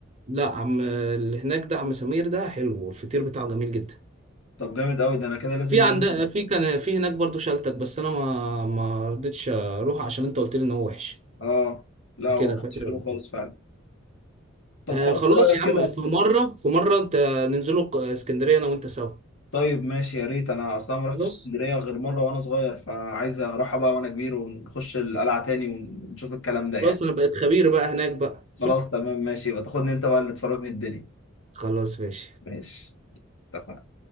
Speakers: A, on the right; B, on the left.
A: لا عم اللي هناك ده عم سمير ده حلو والفطير بتاعه جميل جدا
B: طب جامد قوي ده انا كده لازم
A: في عند
B: يوم
A: في كان في هناك برضو شلتت بس انا ما ما رضيتش اروح عشان انت قلت لي ان هو وحش
B: اه لا هو
A: كده
B: كانش
A: فاكر
B: حلو
A: قلت
B: خالص
A: لي
B: فعلا طب
A: آه
B: خلاص
A: خلاص
B: ايه رأيك
A: يا عم
B: كده
A: في مره في مره انت ننزلوا اسكندريه انا وانت سوا
B: طيب ماشي يا ريت انا اصلا ما رحتش
A: خلاص
B: اسكندرية غير مرة وانا صغير فعايز اروحها بقى وانا كبير ونخش القلعة تاني ونشوف الكلام ده يعني
A: خلاص انا بقيت خبير بقى هناك بقى
B: خلاص تمام ماشي يبقى تاخدني انت بقى اللي تفرجني الدنيا
A: خلاص ماشي
B: ماشي اتفقنا